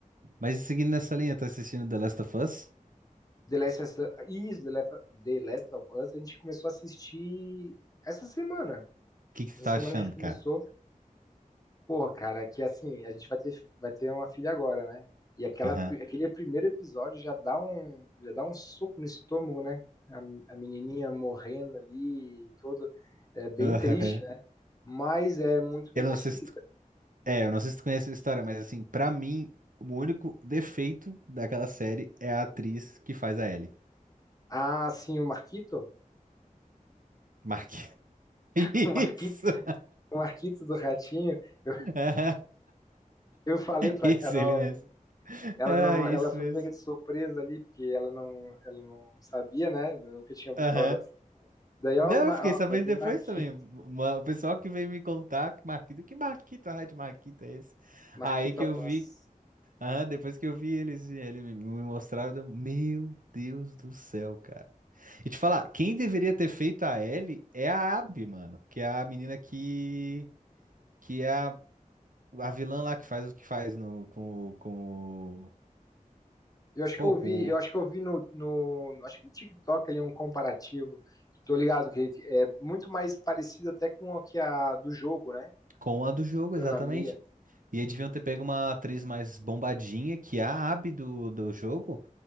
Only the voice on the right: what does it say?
Mas seguindo nessa linha, tá assistindo The Last of Us? O
que que tu
tá
achando,
cara?
Aham.
Aham.
Eu
não sei se tu... É, eu não sei se tu conhece a história, mas assim, pra mim, o único defeito daquela série é a atriz que faz a Ellie.
Mark.
<laughs>
Isso!
Aham.
Isso,
ele mesmo.
Ah,
isso
mesmo.
Aham.
Não,
eu fiquei
sabendo
depois
também. Uma- o pessoal que veio me contar, que Marquito, que Marquito, a Red Marquito é esse?
Aí que
eu vi Ah, depois que eu vi eles, eles me me mostraram, deu- meu Deus do céu, cara. E te falar, quem deveria ter feito a Ellie é a Abby, mano, que é a menina que que é a, a vilã lá que faz o que faz no com o- com o-
pô,
com
o-
com a do jogo,
exatamente. E
eles deviam ter pego uma atriz mais bombadinha que é a Abby do, do jogo.